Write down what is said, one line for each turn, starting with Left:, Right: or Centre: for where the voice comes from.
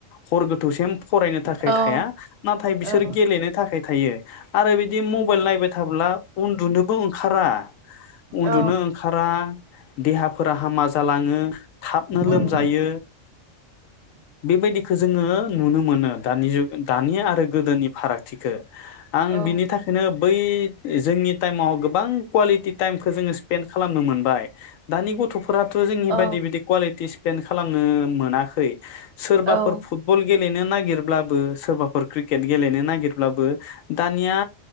Left: हर गोथौसिम फरायनो थाखाय
Right: औ
Left: थाया नाथाय बिसोर
Right: औ
Left: गेलेनो थाखाय थायो आरो बिदि मबाइल नायबाय थाब्ला उन्दुनोबो ओंखारा उन्दुनो
Right: औ
Left: ओंखारा देहाफोरा हामा जालाङो। थाबनो लोमजायो
Right: उम
Left: बेबायदिखौ जोङो नुनो मोनो दानि जु दानि आरो गोदोनि फारागथिखो। आं
Right: औ
Left: बिनि थाखायनो बै जोंनि टाइमाव गोबां कुवालिटि टाइमखौ जोङो स्पेन्ड खालामनो मोनबाय दानि गथ'फो फोराथ' जोंनि
Right: औ
Left: बायदि बिदि लिथिस्फेन खालामनो मोनाखै सोरबाफोर
Right: औ
Left: फुटबल गेलेनो नागिरब्लाबो सोरबाफोर क्रिकेट गेलेनो नागिरब्लाबो दानिया